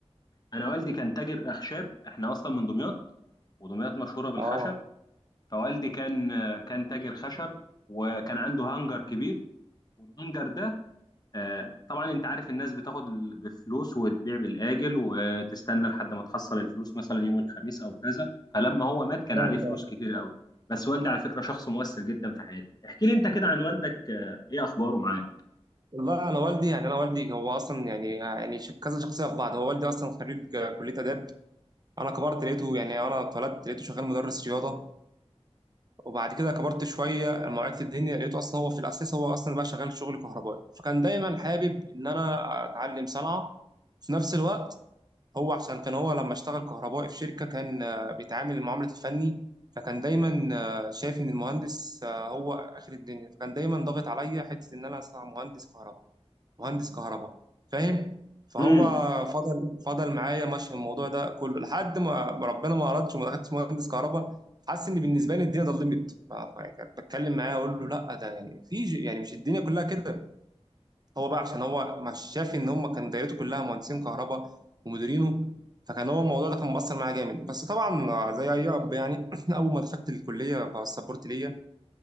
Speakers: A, on the left (about 35°); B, on the right (about 40°).
A: انا والدي كان تاجر اخشاب احنا اصلا من دمياط ودمياط مشهوره بالخشب
B: اه
A: فوالدي كان كان تاجر خشب وكان عنده هانجر كبير والهانجر ده آه، طبعا انت عارف الناس بتاخد ال- بفلوس وتبيع بالاجل وتستنى لحد ما تحصل الفلوس مثلا يوم الخميس او كذا فلما هو مات كان
B: فاهم
A: عليه فلوس كتير قوي بس والدي على فكره شخص مؤثر جدا في حياتي احكي لي انت كده عن والدك آه، ايه اخباره معاك
B: والله انا والدي يعني انا والدي هو اصلا يعني يعني ش- كذا شخصيه في بعض هو والدي اصلا خريج كليه اداب انا كبرت لقيته يعني انا اتولدت لقيته شغال مدرس رياضه وبعد كده كبرت شويه لما وعيت في الدنيا لقيته اصلا هو في الاساس هو اصلا بقى شغال شغل كهربائي فكان دايما حابب ان انا اتعلم صنعه في نفس الوقت هو عشان كان هو لما اشتغل كهربائي في شركه كان آه، بيتعامل معامله الفني فكان دايما آه، شايف ان المهندس آه، هو اخر الدنيا فكان دايما ضاغط عليا حته ان انا اصنع مهندس كهرباء مهندس كهرباء فاهم فهو
A: امم
B: فضل فضل معايا ماشي في الموضوع ده كله لحد ما ما ربنا ما اردش وما دخلتش مهندس كهرباء حاسس ان بالنسبه لي الدنيا ظلمت ف- ف- بتكلم معاه اقول له لا ده يعني في ج- يعني مش الدنيا كلها كده هو بقى عشان هو مش شاف ان هم كان دايرته كلها مهندسين كهرباء ومديرينه فكان هو الموضوع ده كان مؤثر معاه جامد بس طبعا زي اي اب يعني <clears throat> اول ما دخلت الكليه بقى السبورت ليا